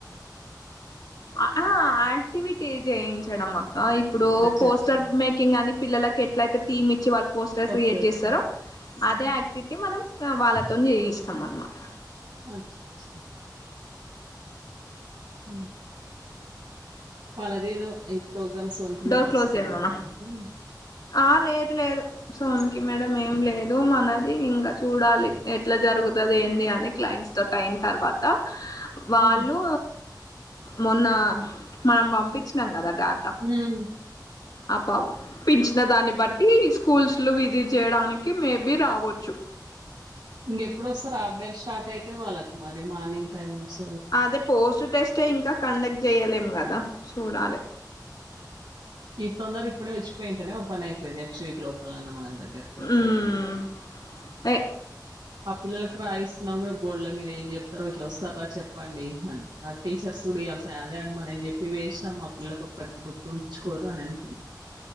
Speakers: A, on the left; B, on the right.
A: అ ఆ యాక్టివిటీ చేయించడం అక్క ఇప్పుడూ
B: అచ్చచ్చా!
A: పోస్టర్ మేకింగ్ అని పిల్లలకి ఎట్లైతే థీమ్ ఇచ్చి వాళ్ళు పోస్టర్
B: ఓకే.
A: Create
B: okay.
A: చేస్తారో
B: హ్మ్.
A: అదే యాక్టివిటీ మనం వాళ్ళతోన్ చేయిస్తాం అన్మాట
B: అచ్చ చ హ్మ్ వాళ్ళద ఏదో ఈ ప్రోగ్రామ్స్నికి
A: డోర్
B: మేము
A: క్లోజ్
B: వస్తుందన్న
A: చేయమనా
B: పనికి
A: ఆ లేదు లేదు సోన్నికి మేడం ఏం లేదు ఇమనది ఇంకా చూడాలి ఎట్లా జరుగుతుంది ఏంది అని క్లైంట్స్ తో టైం తర్వాత వాళ్ళు
B: హ్మ్.
A: మొన్న మనం పంపించినాం కదా డాటా
B: హ్మ్
A: ఆ ప పించిన దాన్ని బట్టి స్కూల్స్లు విధి చేయడానికి మేబి రావచ్చు
B: ఇంక ఎప్పుడు వస్తారు హార్డ్ డేస్ స్టార్ట్ అయితే వాళ్ళకు మరి మార్నింగ్ టైమ్ వస్త
A: అదే పోస్ట్ టెస్టే ఇంకా కండక్ట్ చేయలేం కదా చూడాలి
B: తొంద్దర పెట్టుడే వచ్చియింట ఓపె అయి నెస్ట్ వీక్ లో పెన్ అన్నా మనది ఇంకా కోంతసేపు
A: మ్మ్ ఏ
B: అ పిల్లలకు రాయిస్తున్నాం కూడా బోల్లో మీరు ఏం చెప్తారో ఇట్లా వస్తారా చెప్పండి అని టీచర్స్ చ కూడాయల్స అదే అం మన అని చెప్పి వేసినా మా పిల్లలకు ఒక్కటి గుర్తుకి స్కీరూ నినే పిడి